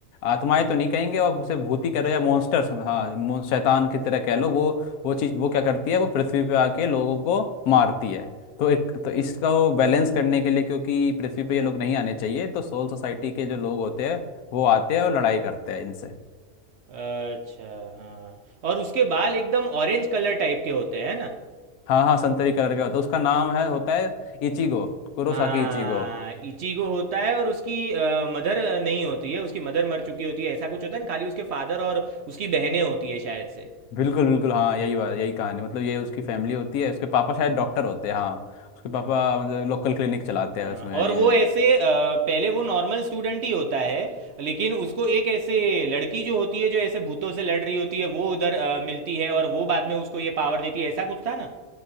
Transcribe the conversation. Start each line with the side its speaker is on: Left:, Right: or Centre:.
Left: आत्माएं तो नहीं कहेंगे आप उसे भूत ही कह लो या मॉन्स्टर्स हाँ मो- शैतान की तरह कह लो वो वो चीज़ वो क्या करती है वो पृथ्वी पे आके लोगों को मारती है तो एक तो इसका वो बैलेंस करने के लिए क्योंकि पृथ्वी पे ये लोग नहीं आने चाहिए तो सोल सोसाइटी के जो लोग होते हैं वो आते हैं और लड़ाई करते हैं इनसे
Right: अच्छा, हाँ और उसके बाल एकदम ऑरेंज कलर टाइप के होते हैं ना?
Left: हाँ हाँ संतरी कलर का होता है उसका नाम है होता है इचिगो Kurosaki
Right: हाँ,
Left: Ichigo
Right: इचिगो होता है और उसकी अ, मदर नहीं होती है, उसकी मदर मर चुकी होती है, ऐसा कुछ होता है ना, खाली उसके फादर और उसकी बहनें होती है शायद से।
Left: बिल्कुल बिल्कुल हाँ यही बात यही कहानी मतलब ये उसकी फैमिली होती है उसके पापा शायद डॉक्टर होते हैं हाँ उसके पापा
Right: हाँ
Left: मतलब लोकल क्लिनिक चलाते
Right: हाँ
Left: हैं उसमें
Right: और
Left: एनीमे
Right: वो
Left: में।
Right: ऐसे अ, पहले वो नॉर्मल स्टूडेंट ही होता है लेकिन उसको एक ऐसे लड़की जो होती है जो ऐसे भूतों से लड़ रही होती है वो उधर अ, मिलती है और वो बाद में उसको ये पावर देती है ऐसा कुछ था ना